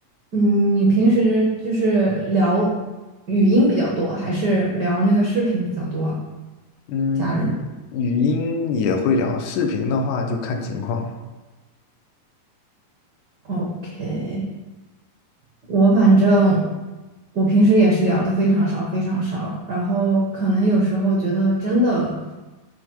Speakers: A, on the right (about 80°); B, on the left (about 75°).
A: 嗯，你平时就是聊语音比较多，还是聊那个视频比较多啊
B: 嗯，
A: 家人
B: 语语音也会聊，视频的话就看情况。
A: ？OK，我反正我平时也是聊的非常少，非常少。然后可能有时候觉得真的